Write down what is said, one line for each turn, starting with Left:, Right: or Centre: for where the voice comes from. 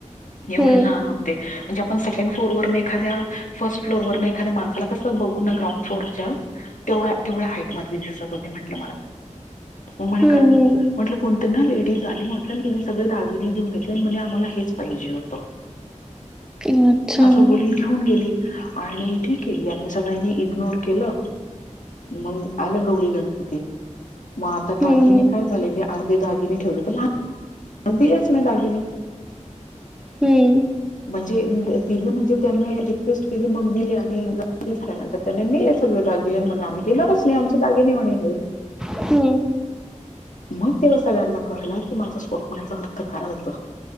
Centre: हम्म,
Left: एवढे लहान होतं. ते म्हणजे आपण सेकंड फ्लोरवररने एखाद्या, फर्स्ट फ्लोरने एखाद्या माणसाला कसं बघू ना ग्राउंड फ्लोरच्या. तेवढा तेवढ्या हाईटमध्ये दिसत होते म्हटलं मला.
Centre: <inaudible>
Left: मग म्हणे काय
Centre: हम्म,
Left: झालं. म्हटलं कोणते ना लेडीज आली. म्हटलं तिने सगळे दागिने घेऊन घेतले आणि म्हणे, आम्हाला हेच पाहिजे होतं.
Centre: <inaudible> हम्म. अच्छा हम्म,
Left: असं बोलीन. घेऊन गेली. आणि ठीक आहे यांनी सगळ्यांनी इग्नोर केलं. मग आलं गौरी गणपती मगं आता
Centre: हम्म,
Left: दागिने.
Centre: हम्म,
Left: काय झालेले अर्धे दागिने ठेवले. <unintelligible> दिलेच नाही दागिने.
Centre: हम्म.
Left: म्हणजे दिले म्हणजे, त्यांनी रिक्वेस्ट केली मग दिले आणि गणपती झाल्यानंतर. त्या नाही आहे सगळे दागिने आणि, म्हणे आम्ही देणारच नाही आमचे दागिने म्हणे हे.
Centre: हम.
Left: मग तेव्हा सगळ्यांना कळलं की, माझा स्वप्नाचा अर्थ काय होत.